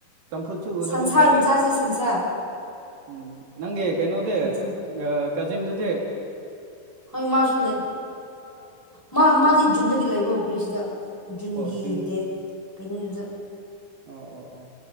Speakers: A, on the right; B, in the centre.
A: ꯆꯝ ꯐꯨꯠꯁꯨꯨ ꯎꯗꯕꯨ
B: ꯁꯟꯁꯥ
A: ꯀꯨꯏꯔꯦ
B: ꯑꯣꯏꯅ ꯆꯥꯁꯦ ꯁꯟꯁꯥ
A: ꯎꯝ ꯅꯪꯒꯤ ꯀꯩꯅꯣꯗꯦ
B: ꯁꯟꯁꯥ
A: ꯀꯖꯤꯟꯗꯨꯗꯤ
B: ꯍꯣꯏ ꯃꯥꯁꯨ ꯂꯩ ꯃꯥ ꯃꯥꯗꯤ ꯖꯨꯟꯗꯒꯤ ꯂꯩꯕ ꯍꯧꯈ꯭ꯔꯦ ꯁꯤꯗ ꯖꯨꯟꯒꯤ
A: ꯑꯣ ꯖꯨꯟ
B: ꯗꯦꯠ ꯀꯩꯅꯣꯗꯨꯗ
A: ꯑꯣ ꯑꯣ ꯑꯣ